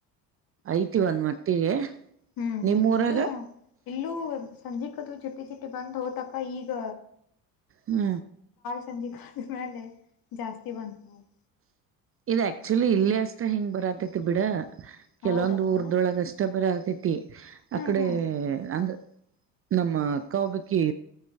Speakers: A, on the right; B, on the left.
A: ಐತಿ ಒಂದ್ ಮಟ್ಟಿಗೆ
B: ಹ್ಮ್ ಹ್ಮ್
A: ನಿಮೂರಾಗ
B: ಇಲ್ಲೂ ಇಲ್ಲೂ ಸಂಜಿಕ ಚಿಟ್ಟಿ ಚಿಟ್ಟಿ ಬಂದ್ ಹೋತ ಅಕ್ಕ ಈಗ
A: ಹೂ
B: <unintelligible> ಜಾಸ್ತಿ ಬಂತ ನೋಡ್
A: ಇದು ಆಕ್ಟುವಲ್ಲಿ ಇಲ್ಲಿ ಅಷ್ಟ ಹಿಂಗ ಬರಾತೈತಿ ಬಿಡ ಕೆಲವೊಂದು
B: ಹೌದಕ್ಕ
A: ಊರ್ದೊಳಗ ಅಷ್ಟ ಬರ <unintelligible>
B: ಹಾ
A: ಅಕಡೆ
B: ಹಾ
A: ಅಂದ ನಮ್ಮ ಅಕ್ಕಾ ಒಬಕಿ